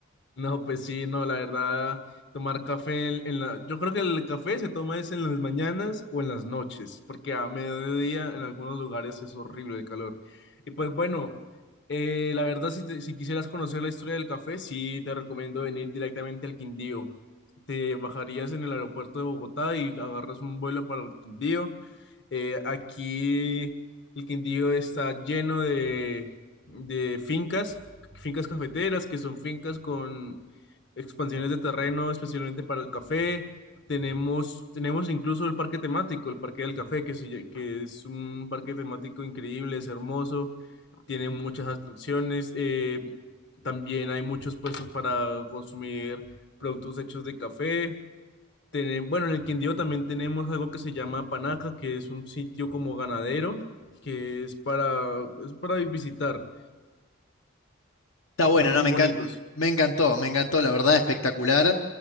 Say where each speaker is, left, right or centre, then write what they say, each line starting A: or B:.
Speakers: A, on the left (about 55°); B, on the left (about 75°).
A: No, pues sí, no, la verdad, tomar café en, en la... Yo creo que el café se toma es en las mañanas o en las noches, porque a mediodía en algunos lugares es horrible el calor. Y pues bueno, eh, la verdad, si, te- si quisieras conocer la historia del café, sí te recomiendo venir directamente al Quindío. Te bajarías en el aeropuerto de Bogotá y agarras un vuelo para el Quindío. Eh, aquí el Quindío está lleno de, de fincas, fincas cafeteras, que son fincas con expansiones de terreno especialmente para el café. Tenemos, tenemos incluso el parque temático, el Parque del Café, que, se lle- que es un parque temático increíble, es hermoso, tiene muchas atracciones. eh, también hay muchos puestos para consumir productos hechos de café tene- bueno, en el Quindío también tenemos algo que se llama Panaca, que es un sitio como ganadero, que es para, es para visitar.
B: Está bueno,
A: Son muy
B: ¿no? Me
A: bonitos.
B: encan- me encantó, me encantó, la verdad, espectacular.